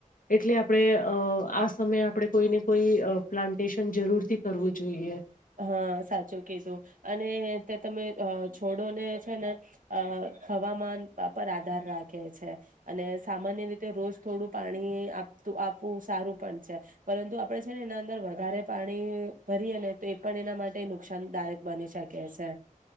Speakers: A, on the left; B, on the right.
A: એટલે આ અહ આ સમયે આપણે કોઈને કોઈ અ પ્લાન્ટેશન જરૂર થી કરવું જોઈએ.
B: હા, સાચું કીધું અને તે તમે અ છોડોને છે ને અ હવામાન પા પર આધાર રાખે છે અને સામાન્ય રીતે રોજ થોડું પાણી આ પતુ આપવું સારું પણ છે. પરંતુ આપડે છે ને એના અંદર વધારે પાણી ભરીએ ને તો એ પણ એના માટે નુકસાનદાયક બની શકે છે,